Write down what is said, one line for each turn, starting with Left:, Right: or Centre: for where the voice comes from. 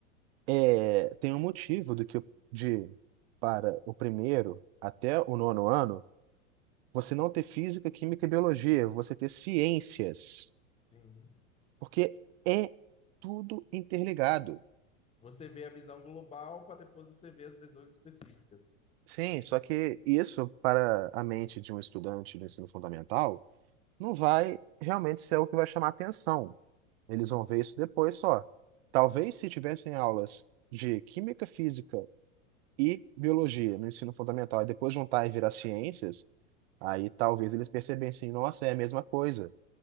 Right: é, tem um motivo do que o- de para o primeiro até o nono ano, você não ter física, química e biologia, você ter ciências,
Left: Sim.
Right: porque é tudo interligado.
Left: Você vê a visão global para depois você ver as visões específicas.
Right: Sim, só que isso para a mente de um estudante do ensino fundamental não vai realmente ser o que vai chamar atenção. Eles vão ver isso depois só. Talvez se tivessem aulas de química, física e biologia no ensino fundamental e depois juntar e virar ciências, aí talvez eles percebessem, nossa, é a mesma coisa.